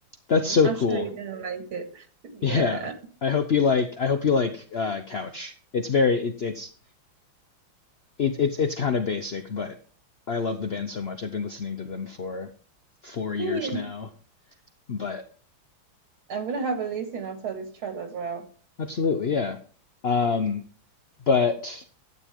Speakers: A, on the left; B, on the right.
A: That's so
B: I'm
A: cool.
B: sure you're gonna
A: <laughs>
B: like it. Yeah.
A: Yeah. I hope you like I hope you like uh Couch. It's very it's it's it's it's it's kind of basic, but I love the band so much. I've been listening to them for four
B: Yeah,
A: years
B: yeah.
A: now. But
B: I'm gonna have a listen after this chat as well.
A: absolutely, yeah. Um but